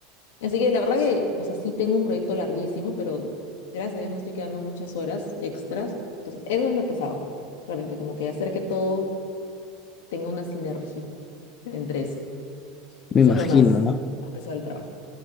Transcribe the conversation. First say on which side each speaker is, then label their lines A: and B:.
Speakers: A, on the left (about 80°); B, on the left (about 25°).
A: Así que la verdad que, o sea, sí tengo un proyecto larguísimo, pero gracias a Dios no estoy quedando muchas horas extras. Entonces, eso es lo pesado, realmente, como que hacer que todo tenga una sinergia entre eso.
B: Me
A: Eso
B: imagino,
A: es lo más,
B: ¿no?
A: más pesado del trabajo.